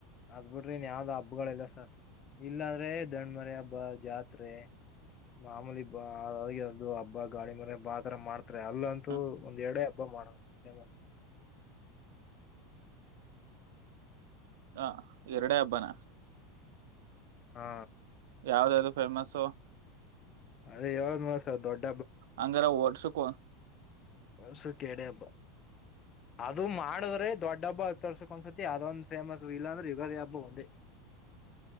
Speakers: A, on the left; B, on the right.
A: ಅದ್ ಬಿಟ್ರಿ ಇನ್ ಯಾವುದ್ ಹಬ್ಬಗಳಲ್ಲೇ ಇಲ್ಲ ಸರ್ ಇಲ್ಲಿ ಅಂದ್ರೆ ದಣ್ಮರಿ ಹಬ್ಬ ಜಾತ್ರೆ ಮಾಮೂಲಿ ಬಾ ಅದು ಹಬ್ಬ ಗಾಳಿ ಮನೆ ಹಬ್ಬ ಆತರ ಮಾಡ್ತಾರೆ ಅಲ್ಲಂತೂ
B: ಹ
A: ಒಂದೆರಡೇ ಹಬ್ಬ ಮಾಡೋದು ಪೇಮಸ್
B: ಹ ಎರಡೇ ಹಬ್ಬಾನ
A: ಹಾ
B: ಯಾವುದದು ಪೇಮಸ್
A: ಅದೇ ಹೇಳ್ದ್ ನಲ್ಲ ಸರ್ ದೊಡ್ಡ್
B: ಹಂಗರೆ ವರ್ಷಕ್
A: ವರ್ಷಕ್ಕೆ ಎರಡೆ ಹಬ್ಬ ಅದು ಮಾಡಿದ್ರೆ ದೊಡ್ಡ ಹಬ್ಬ ಹೊತ್ತು ವರ್ಷಕ್ಕೆ ಒಂದ್ಸಲಿ ಆದೊಂದು ಫೇಮಸ್ ಇಲ್ಲಾಂದ್ರೆ ಯುಗಾದಿ ಹಬ್ಬ ಒಂದೇ